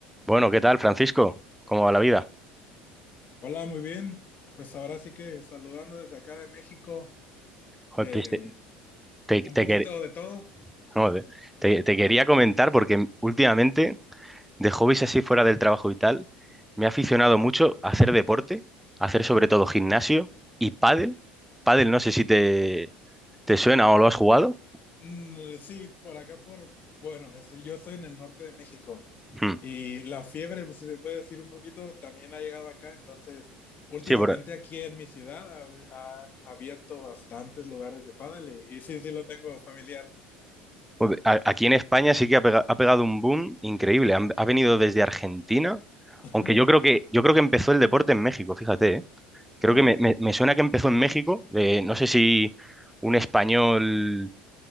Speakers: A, in the centre; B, on the left (about 40°).
A: Bueno, ¿qué tal, Francisco? ¿Cómo va la vida?
B: Hola, muy bien. Pues ahora sí que saludando desde acá de México,
A: Joder,
B: eh,
A: pues, te, te- te
B: un poquito
A: quer-
B: de todo.
A: no, eh, te- te quería comentar porque últimamente, de hobbies así fuera del trabajo y tal, me he aficionado mucho a hacer deporte, a hacer sobre todo gimnasio y pádel. Pádel, no sé si te, te suena o lo has jugado.
B: Mm, sí, por acá por, bueno, estoy, yo estoy en el norte de México
A: Hmm.
B: y la fiebre, pues, si se puede decir un poquito, también ha llegado acá. Entonces, últimamente
A: Sí, por,
B: aquí en mi ciudad ha- han abierto bastantes lugares de pádel y, y sí, sí lo tengo familiar.
A: joder, a- aquí en España sí que ha, pega- ha pegado un boom increíble. Han- ha venido desde Argentina,
B: <laughs>
A: aunque yo creo que, yo creo que empezó el deporte en México, fíjate, ¿eh? Creo
B: Órale.
A: que me, me- me suena que empezó en México, de, no sé si un español